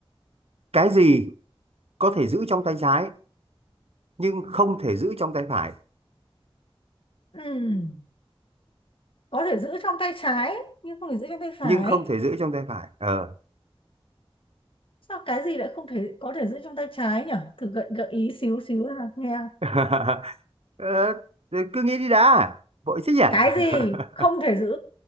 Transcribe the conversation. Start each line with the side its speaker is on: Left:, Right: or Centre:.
Right: cái gì có thể giữ trong tay trái nhưng không thể giữ trong tay phải
Left: Ừm, có thể giữ trong tay trái nhưng không thể giữ trong tay phải
Right: nhưng không thể giữ trong tay phải ờ
Left: sao cái gì lại không thể có thể giữ trong tay trái nhỉ thử gợi gợi ý xíu xíu nào nghe
Right: <laughs> Ờ, thì cứ nghĩ đi đã vội thế nhỉ <laughs>
Left: cái gì không thể giữ